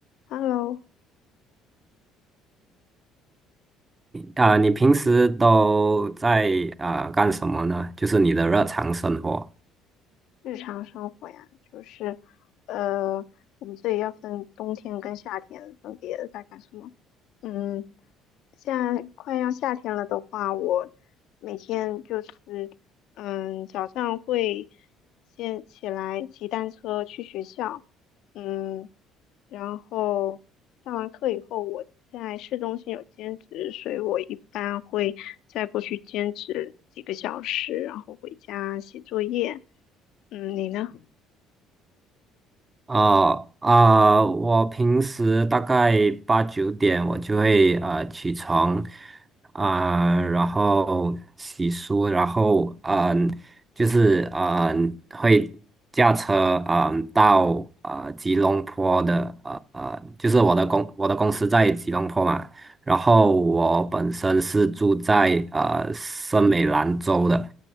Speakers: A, on the left; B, on the right.
A: Hello，
B: 啊、你平时都在啊、干什么呢？就是你的日常生活。
A: 日常生活呀，就是呃，我们这里要分冬天跟夏天分别在干什么。嗯，现在快要夏天了的话，我每天就是嗯，早上会先起来骑单车去学校，嗯，然后上完课以后，我在市中心有兼职，所以我一般会再过去兼职几个小时，然后回家写作业。嗯，你呢？
B: 啊啊，我平时大概八九点我就会啊起床啊，然后洗漱，然后嗯，就是嗯会驾车嗯到啊吉隆坡的呃呃，就是我的公我的公司在吉隆坡嘛，然后我本身是住在呃森美兰州的，